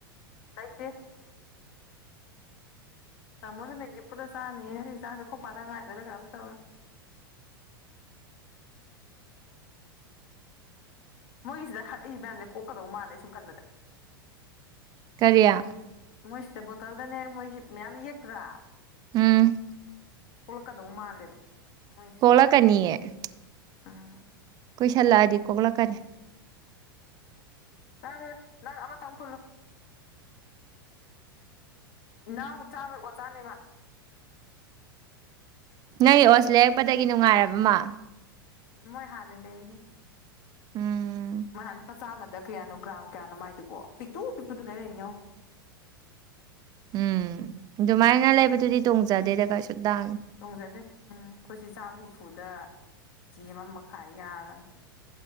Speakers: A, on the left; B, on the right.
A: ꯂꯩꯇꯦ ꯇꯥꯃꯣꯁꯨ ꯃꯤꯡꯒꯤꯐꯨꯗ ꯆꯥꯔꯅꯤ ꯉꯁꯤ ꯆꯤꯟꯥꯡꯁꯦ ꯈꯣꯄꯗ ꯉꯥꯏꯗꯣꯏꯅ ꯀꯝ ꯇꯧꯔꯦ ꯃꯣꯏꯒꯤꯁꯤꯗ ꯍꯛꯏ ꯃꯌꯥꯝꯁꯦ ꯀꯣꯛꯀꯗꯧ ꯃꯥꯥꯟꯂꯦ ꯁꯨꯝ ꯈꯟꯕꯗ
B: ꯀꯔꯤꯌꯥ
A: ꯃꯣꯏꯁꯤꯗ ꯕꯣꯇꯜꯗꯅꯦ ꯃꯣꯏꯒꯤ ꯃꯌꯥꯝ ꯌꯦꯛꯇ꯭ꯔꯥ
B: ꯎꯝ
A: ꯀꯣꯛꯜꯂꯛꯀꯗꯧ ꯃꯥꯜꯂꯦꯕ ꯃꯣꯏꯁꯦ
B: ꯍꯂ ꯀꯅꯤꯑꯦ <unintelligible>
A: ꯎꯝ
B: ꯀꯣꯏꯁꯜꯂꯛꯑꯗꯤ ꯀꯣꯛꯂꯛꯀꯅꯤ
A: ꯇꯔꯦ ꯑꯃ ꯇꯝꯐꯨꯜꯂꯨ <unintelligible> ꯅꯅꯥ ꯆꯥ ꯑꯣ ꯆꯥꯅꯤꯃ <unintelligible>
B: ꯅꯪꯒꯤ ꯑꯣꯁ ꯂꯩꯔꯛꯄꯗꯒꯤ ꯅꯨꯡꯉꯥꯏꯔꯕꯃ
A: ꯃꯣꯏ ꯍꯥꯟ ꯂꯩꯍꯦ
B: ꯎꯝ
A: ꯅꯥꯟ ꯂꯨꯄꯥ ꯆꯝꯆꯥ ꯑꯃꯗ ꯀꯌꯥꯅꯣ ꯒ꯭ꯔꯥꯎꯝ ꯀꯌꯥꯅꯣ ꯃꯥꯏꯗꯨꯕꯣ ꯄꯤꯛꯇꯨ ꯄꯤꯛꯄꯗꯨꯅ ꯂꯩꯔꯤꯅꯤꯉꯣ
B: ꯎꯝ ꯑꯗꯨꯃꯥꯏꯅ ꯂꯩꯕꯗꯨꯗꯤ ꯇꯣꯡꯖꯗꯦꯗ ꯀꯩꯁꯨ ꯇꯥꯡꯉꯤ
A: ꯇꯣꯡꯖꯗꯦ ꯎꯝ ꯑꯩꯈꯣꯏ ꯁꯤ ꯆꯥꯝꯃ ꯍꯨꯝꯐꯨꯗ ꯀꯦꯖꯤ ꯑꯃ ꯃꯈꯥꯏ ꯌꯥꯔꯕꯅꯤ